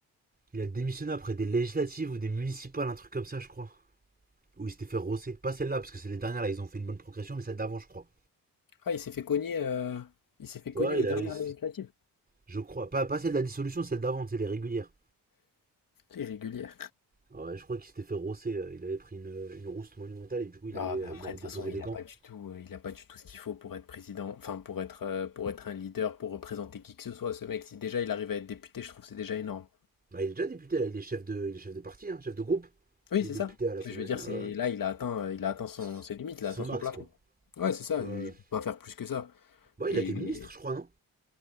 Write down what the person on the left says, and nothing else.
Ah, il s'est fait cogner, euh, il s'est fait cogner
aux
dernières
législatives.
Irrégulier.
Ah,
bah, après,
de toute
façon, il
a pas du tout, euh, il a pas du tout ce qu'il faut pour être président, enfin pour être, euh, pour être un leader, pour représenter qui que ce soit. Ce mec, si déjà il arrive à être député, je trouve que c'est déjà énorme.
Oui,
c'est
ça.
Mais je veux dire,
c'est
là, il a atteint, euh, il a atteint son,
ses limites, il
a atteint
son
plafond.
Ouais, c'est ça.
Il
peut pas faire plus que ça.
Et